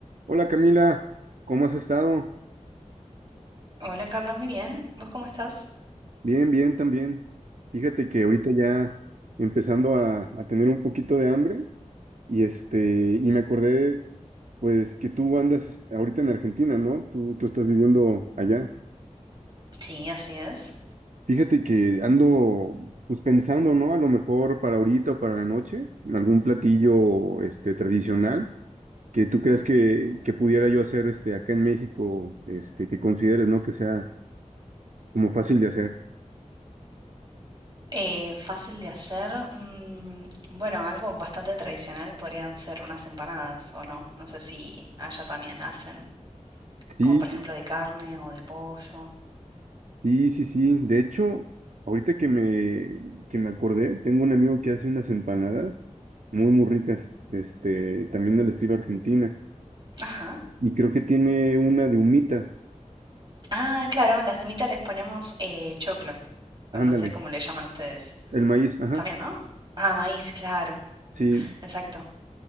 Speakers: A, on the right; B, on the right.
A: Hola Camila, ¿cómo has estado?
B: Hola Carlos, muy bien. ¿Vos cómo estás?
A: Bien, bien también. Fíjate que ahorita ya empezando a, a tener un poquito de hambre y este, y me acordé pues que tú andas ahorita en Argentina, ¿no? Tú, tú estás viviendo allá.
B: Sí, así es.
A: Fíjate que ando pues pensando, ¿no? A lo mejor para ahorita o para la noche, algún platillo este tradicional que tú creas que, que pudiera yo hacer este acá en México, este, que consideres, ¿no? Que sea como fácil de hacer.
B: Eh, fácil de hacer. mm, bueno, algo bastante tradicional podrían ser unas empanadas o no. No sé si allá también hacen,
A: Sí,
B: como por ejemplo de carne o de pollo.
A: Sí, sí, sí. De hecho, ahorita que me, que me acordé, tengo un amigo que hace unas empanadas muy, muy ricas, este, también del estilo argentina.
B: Ajá.
A: Y creo que tiene una de humita.
B: Ah, claro, las de mita les ponemos eh, choclo.
A: Ándale,
B: No sé cómo le llaman ustedes.
A: el maíz, ajá.
B: También, ¿no? Ah, maíz, claro.
A: Sí,
B: Exacto.